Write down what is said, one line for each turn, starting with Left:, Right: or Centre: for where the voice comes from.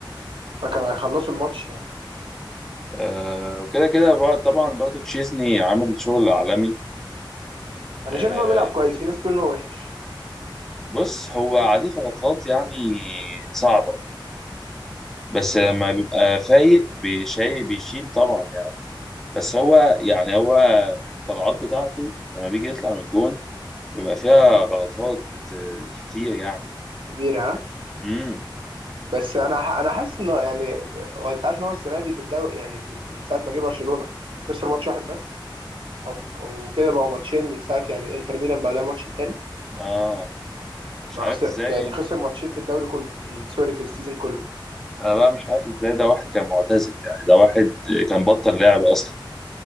Right: فكانوا هيخلصوا الماتش يعني
Centre: آه، وكده كده بر- طبعا برضه تشيزني عامل شغل عالمي
Right: أنا
Centre: آه،
Right: شايف إن هو بيلعب كويس في ناس بتقول إن هو وحش
Centre: بص هو عليه غلطات يعني صعبة بس
Right: مم.
Centre: لما بيبقى فايق بيشي بيشيل طبعا يعني بس هو يعني هو الطلعات بتاعته لما بيجي يطلع من الجون بيبقى فيها غلطات آه، كتير يعني
Right: كبيرة ها
Centre: امم
Right: بس أنا ح... أنا حاسس إنه يعني هو أنت عارف إن هو السنة دي في الدوري يعني في... من ساعة ما جه برشلونة خسر ماتش واحد بس أو أو كده بقوا ماتشين من ساعة يعني إنتر ميلان بعد الماتش التاني
Centre: اه مش
Right: ما
Centre: عارف
Right: خسر
Centre: ازاي
Right: يعني خسر ماتشين في الدوري كله في ال- سوري في السيزون كله
Centre: انا بقى مش عارف ازاي ده واحد كان معتزل يعني ده واحد كان بطل لعب اصلا